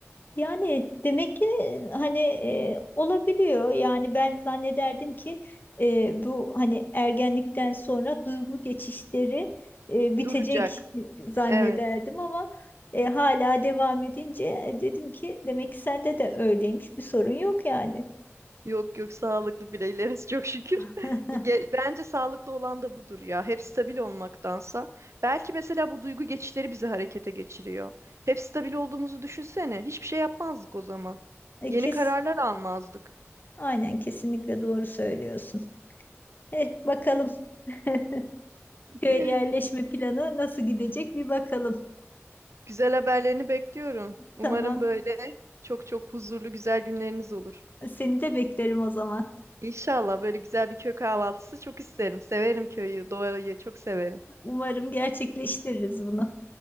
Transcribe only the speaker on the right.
Duracak.
Evet.
Yok yok sağlıklı bireyleriz çok şükür.
<laughs> Ge- Bence sağlıklı olan da budur ya. Hep stabil olmaktansa. Belki mesela bu duygu geçişleri bizi harekete geçiriyor. Hep stabil olduğumuzu düşünsene. Hiçbir şey yapmazdık o zaman.
Yeni
kararlar almazdık.
<laughs>
Güzel haberlerini bekliyorum. Umarım
böyle çok çok huzurlu güzel günleriniz olur.
İnşallah böyle güzel bir köy kahvaltısı çok isterim. Severim köyü, doğayı çok severim.